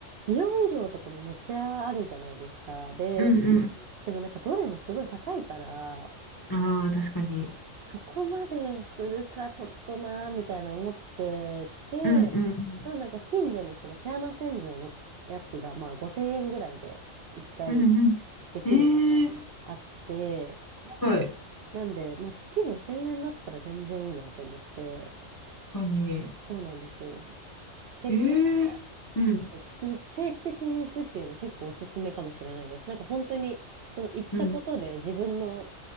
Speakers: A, on the right; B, on the left.
A: 美容医療とかもめっちゃあるじゃないですか。で、
B: うん、
A: でもなんかどれもすごい高いから、
B: うん。ああ、確かに。
A: そこまでするかちょっとなーみたいな思ってて、
B: うん、うん、
A: でもなんか近所にその毛穴洗浄のやつがまあ5000円ぐらいで1回
B: うん、うん。
A: できるのがあって、
B: ええはい。
A: なんで、まあ、月5000円だったら全然いいなと思って、
B: 確かに。
A: そうなんですよ。結構なんか、
B: ええうん、
A: そう月、定期的に行くっていうの結構おすすめかもしれないです。なんか本当に、その行ったことで自分の、
B: うん。